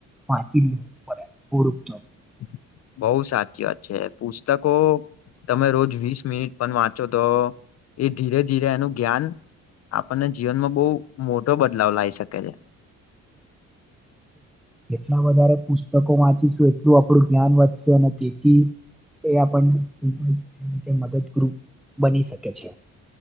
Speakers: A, in the centre; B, on the left (about 55°).
A: વાંચી લેું પડે પર તો
B: <inaudible> બઉ સાચી વાત છે પુસ્તકો તમે રોજ વીસ મિનિટ પણ વાંચો તો એ ધીરે ધીરે એનું જ્ઞાન આપણને જીવનમાં બહુ મોટો બદલાવ લાવી શકે છે.
A: એટલા વધારે પુસ્તકો વાંચીશું એટલું આપણું જ્ઞાન વધશે અને તેથી એ આપ મદદ બની શકે છે.